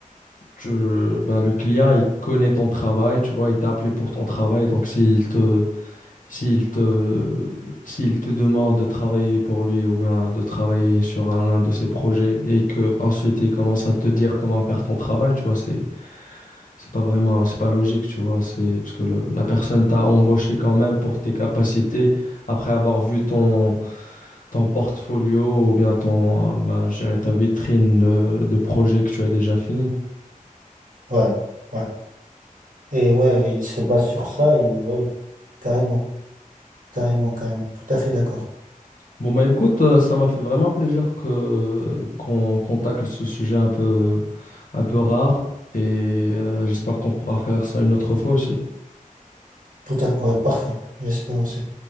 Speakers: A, on the left; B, on the right.
A: tu, ben, le client, il connaît ton travail, tu vois, il t'a appelé pour ton travail. Donc, s'il te, S'il te, s'il te demande de travailler pour lui ou bien de travailler sur un, l'un de ses projets et que ensuite il commence à te dire comment faire ton travail, tu vois, c'est, c'est pas vraiment, c'est pas logique, tu vois, c'est parce que le- la personne t'a embauché quand même pour tes capacités après avoir vu ton, ton portfolio ou bien ton, euh, bah, je dirais ta vitrine de, de projets que tu as déjà fini.
B: Ouais, ouais. Et ouais, il se base sur ça, et ouais, carrément, carrément, carrément. Tout à fait d'accord.
A: Bon, bah écoute, euh, ça m'a fait vraiment plaisir que, qu'on, qu'on tacle ce sujet un peu un peu rare. Et euh, j'espère qu'on pourra faire ça une autre fois aussi.
B: Tout à, ouais, parfait. J'espère aussi.